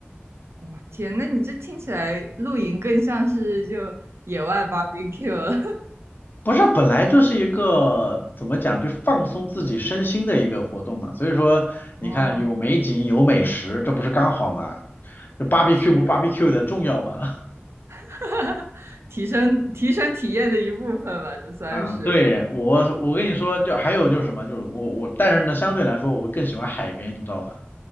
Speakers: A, on the right (about 75°); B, on the left (about 50°).
A: 哇天，那你这听起来露营更像是就野外 barbecue 了。<laughs>
B: 不是，本来就是一个怎么讲，就放松自己身心的一个活动嘛。所以说，你看有美景有美食，
A: 哦，
B: 这不是刚好嘛？
A: 啊的确，
B: 就 barbecue 不 barbecue 的重要嘛？
A: <laughs> 提升提升体验的一部分吧，这算是。
B: <laughs> 嗯，对，我我跟你说，就还有就是什么，就是我我，但是呢，相对来说我会更喜欢海边，你知道吗？